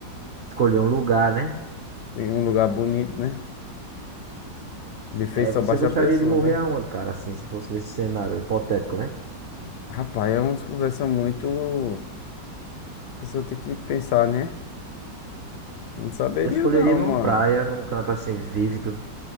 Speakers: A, on the right; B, on the left.
A: escolher um lugar, né?
B: <laughs> tem um lugar bonito, né? De fez
A: É,
B: só
A: você
B: baixa
A: gostaria
B: a pessoa,
A: de morrer
B: né?
A: aonde, cara? Assim, se fosse nesse cenário hipotético, né?
B: Rapaz, é umas conversas muito. A pessoa tem que pensar, né? Não saberia,
A: Eu escolheria
B: não,
A: numa
B: mano.
A: praia, num canto assim, vívido.